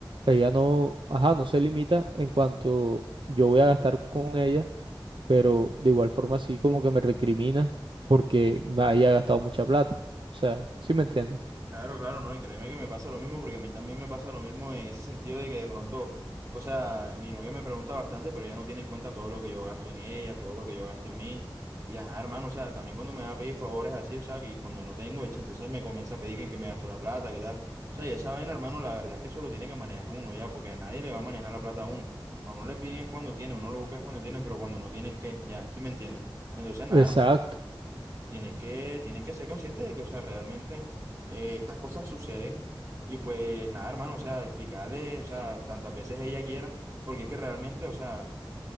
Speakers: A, on the right; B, on the right.
A: ella no, ajá, no se limita en cuanto yo voy a gastar con ella, pero de igual forma sí como que me recrimina porque me haya gastado mucha plata. O sea, ¿sí me entiendes?
B: Claro, claro, no, y créeme que me pasa lo mismo, porque a mí también me pasa lo mismo en ese sentido de que de pronto, o sea, mi novia me pregunta bastante, pero ella no tiene en cuenta todo lo que yo gasto en ella, todo lo que yo gasto en mí, y ajá, hermano, o sea, también cuando me va a pedir favores así, o sea, y cuando no tengo hecho, entonces me comienza a pedir que en qué me gasto la plata, qué tal, o sea, y esa vaina, hermano, la verdad es que eso lo tiene que manejar uno ya, porque a nadie le va a manejar la plata a uno, a uno le piden es cuando tiene, uno lo busca es cuando tienen, pero cuando no tienen, ¿qué? Ya, ¿sí me entienden? Entonces, nada,
A: Exacto.
B: hermano tienes que, tienes que ser consciente de que, o sea, realmente eh, estas cosas suceden. Y pues nada, hermano, o sea, explicarle, o sea, tantas veces ella quiera, porque es que realmente, o sea,